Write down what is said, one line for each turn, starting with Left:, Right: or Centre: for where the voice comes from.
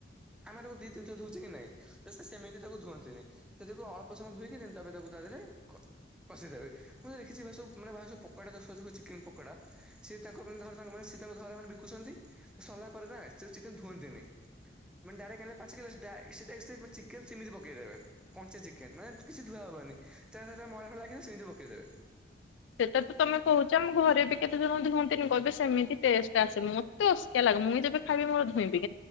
Centre: ଆମେ ତାକୁ ଦି ତିିନ ଥର ଧୁଉଚେ କି ନାଇଁ। ଏ ସେ ସେମିତି ତାକୁ ଧୁଅନ୍ତିନି ସେ ତାକୁ ଅଳ୍ପ ସମୟ ଧୁଇକି ଦେନ୍ ତା ପରେ ତାକୁ ତା ଦେହରେ କଷି ଦେବେ ମୁଁ ଦେଖିଚି ଏମାନେ ସବୁ ମାନେ <unintelligible> ସବୁ ପକଡା <unintelligible> ଚିକେନ ପକଡା ସିଏ ତାଙ୍କର ମାନେ ତାଙ୍କର ତାଙ୍କ ମାନେ ସିଏ ତାଙ୍କ ଧର ମାନେ ବିକୁଛନ୍ତି ସରିଲା ପରେ ନା ସେ ଯୋଉ ଚିକେନ ଧୁଅନ୍ତିନି। ମାନେ ଡାଇରେକ୍ଟ ଆଣିଲେ ପାଞ୍ଚ କିଲ ସେ <unintelligible> ଚିକେନ ସେମିତି ପକେଇ ଦେବେ। କଞ୍ଚେ ଚିକେନ ମାନେ କିଛି ଧୁଆ ହବନି ତା ସହିତ ମଇଳା ଫଇଳା ଲାଗିଥିବ ସେନ୍ତି ପକେଇ ଦେବେ।
Left: ସେଟା ତମେ କୋହୁଛ ଆମ ଘରେ ବି କେତେଜଣ ଧୁଅନ୍ତିନି କହିବେ ସେମିତି ଟେଷ୍ଟେ ଆସେ ମତେ ଅସକିଆ ଲାଗେ ମୁଇଁ ଯେବେ ଖାଇବି ମୋର ଧୁଇବି।